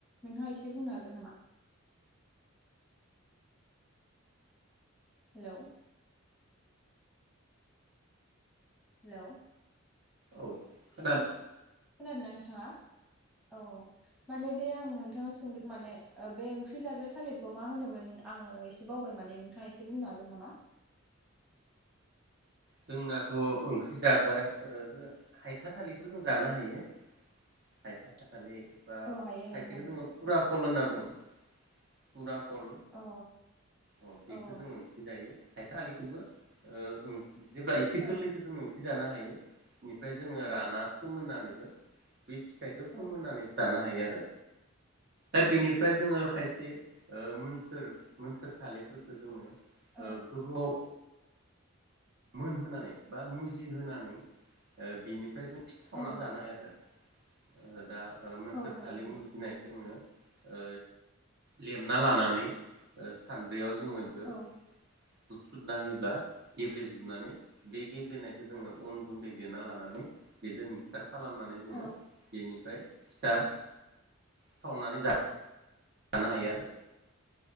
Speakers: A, in the centre; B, on the right.
A: नोंथाङा एसे बुंनो हागोन नामा? हेलौ। हेलौ।
B: औ खोना
A: खोनादों ना नोंथाङा? औ माने बे आं नोंथानाव सोंदों माने ओ बे ओंख्रि जाग्रा थालिरखौ मा होनोमोन आङो एसे बावबाय माने नोंथाङा एसे बुंनो हागोन नामा?
B: जोंनाथ' ओंख्रि जाग्रा ओ हायथा थालिरखौ जों जानो हायो। हायथा थालि एबा
A: औ हायो हायो
B: खायसेखो
A: हानायालाय
B: जोङो फुरा कल होनना
A: औ
B: बुङो‌। फुरा कल
A: अ औ
B: अ बेखो
A: औ
B: जों ओंख्रि जायो। हायथा थालिखोबो ओ ओं जेब्ला एसे
A: औ
B: गोरलैखो जोङो ख्रि जानो हायो। बेनिफ्राय जोङो
A: औ
B: राना फोमोननानै बे फिथाइखौ फोमोननानैबो
A: औ
B: जानो हायो आरो दा
A: औ
B: बिनिफ्राय जोङो खायसे से अ मोनथोर मोनथोरथालिरफोरखौ जोङो
A: औ
B: ओ गोबाव मोनहोनानै बा मुजिहोनानै ओ बिनि ओमफ्राय खि सावना
A: औ
B: जानो हायो आरो ओ दा मोनथोर
A: औ हायो
B: थालि
A: हायो
B: मुजिनायखौ जोङो ओ लेमना लानानै ओ सानद्रियाव जोङो बो
A: औ
B: बुसुदा होयोब्ला गेब्ले जोबनानै बे गेब्ले बेनायखौ जोङो अन गुन्दै देना लानानै बेजों मिक्सार खालामनानै जोङो
A: औ
B: बेनिफ्राय फिथा सावनानै जा जानो हायो आरो